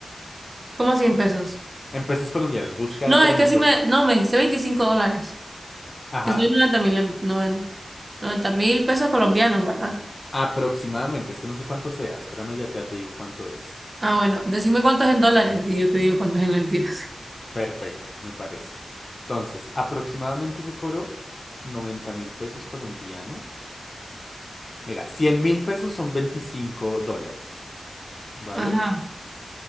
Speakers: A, on the right; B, on the left.
A: ¿Cómo 100 pesos?
B: En pesos colombianos, busca,
A: No,
B: por
A: es
B: ejemplo,
A: que si me, no, me dijiste 25 dólares,
B: ajá,
A: que soy noventa mil, 90 mil pesos colombianos, ¿verdad?
B: aproximadamente, es que no sé cuánto sea, espérame, ya te, ya te digo cuánto es.
A: Ah, bueno, decime cuánto es en dólares y yo te digo cuánto es en lempiras.
B: Perfecto, me parece. Entonces, aproximadamente yo cobro noventa mil pesos colombianos. Mira, cien mil pesos son 25 dólares, ¿vale?
A: Ajá,